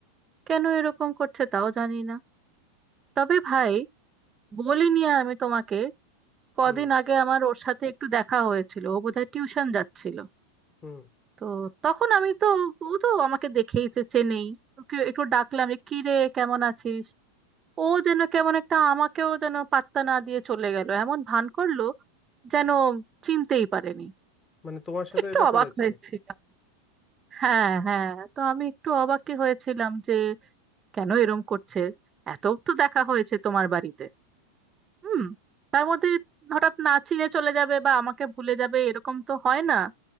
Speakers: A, on the right; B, on the left.
A: কেন এরকম করছে তাও জানি না তবে ভাই বলিনি আমি তোমাকে কদিন
B: হুম
A: আগে আমার ওর সাথে একটু দেখা হয়েছিল ও বোধহয় টিউশন যাচ্ছিল
B: হুম
A: তো তখন আমি তো ও তো আমাকে দেখেইছে চেনেই ওকে একটু ডাকলাম যে কি রে কেমন আছিস ও যেন কেমন একটা আমাকেও যেন পাত্তা না দিয়ে চলে গেল এমন ভান করলো যেন চিনতেই পারেনি
B: মানে তোমার সাথে
A: একটু
B: এটা
A: অবাক
B: করেছে
A: হয়েছিলাম হ্যাঁ হ্যাঁ তো আমি একটু অবাকই হয়েছিলাম যে কেন এরম করছে এত তো দেখা হয়েছে তোমার বাড়িতে হুম তার মধ্যে হঠাৎ না চিনে চলে যাবে বা আমাকে ভুলে যাবে এরকম তো হয় না